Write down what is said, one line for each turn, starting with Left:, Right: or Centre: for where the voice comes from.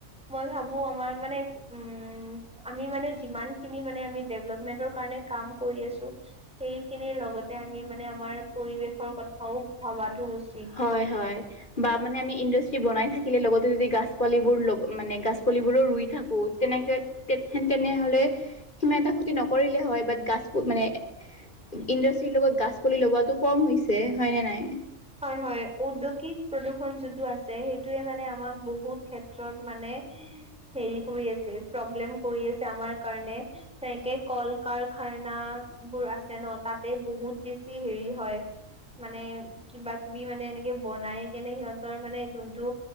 Centre: মই ভাবো আমাৰ মানে, উম। আমি মানে যিমান খিনি মানে আমি ডেভলপমেন্ৰ কাৰণে কাম কৰি আছো। সেইখিনিৰ লগতে আমি মানে আমাৰ পৰিৱেশৰ কথাও ভবাতো উচিত।
Left: হয়, হয়। বা মানে আমি ইণ্ডাষ্ট্ৰি বনাই থাকিলে, লগতে, যদি গাছ পালিবোৰ মানে গছ পালিবোৰো ৰুই থাকো। তেনেকে তে তেনেহলে, সিমা এটা খুতি নকৰিলে হয় বাট গছ মানে ইণ্ডাষ্ট্ৰিৰ লগত গছ পুলি লগোৱাটো কম হৈছে হয় নে নাই?
Centre: হয় হয়, উদ্যোগিক প্ৰদূৰণ যোনটো আছে সেইটোয়ে মানে আমাক বহুত ক্ষেত্ৰত মানে হেৰি কৰি আছে, প্ৰব্লেম কৰি আছে আমাৰ কাৰণে। তেনেকে কল কাৰখানা বোৰ আছে, ন তাতে বহুত বেছি হেৰি হয়। মানে কিবা কিবি মানে এনেকে বনাই কেনে সিহঁতৰ মানে যোনটো